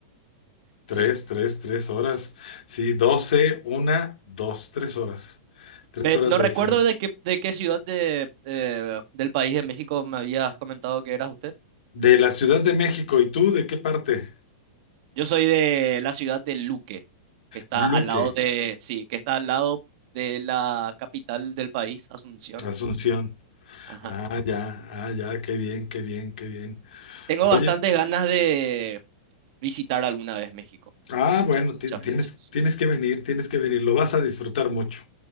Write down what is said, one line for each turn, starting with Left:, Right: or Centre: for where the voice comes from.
Right: Sí.
Left: tres, tres, tres horas. Sí, 12, una, dos, tres horas. Tres
Right: Ve,
Left: horas
Right: No
Left: de
Right: recuerdo
Left: diferencia.
Right: de qué, de qué ciudad de, eh, del país de México me habías comentado que eras usted.
Left: De la Ciudad de México, ¿y tú de qué parte?
Right: Yo soy de la ciudad de Luque, que está
Left: Luque,
Right: al lado de, sí, que está al lado de la capital del país, Asunción.
Left: Asunción.
Right: Ajá.
Left: Ah, ya, ah, ya, qué bien, qué bien, qué bien.
Right: Tengo
Left: Oye,
Right: bastantes ganas de visitar alguna vez México.
Left: Ah,
Right: Muchas,
Left: bueno,
Right: muchas,
Left: ti- tienes,
Right: muchas.
Left: tienes que venir, tienes que venir, lo vas a disfrutar mucho,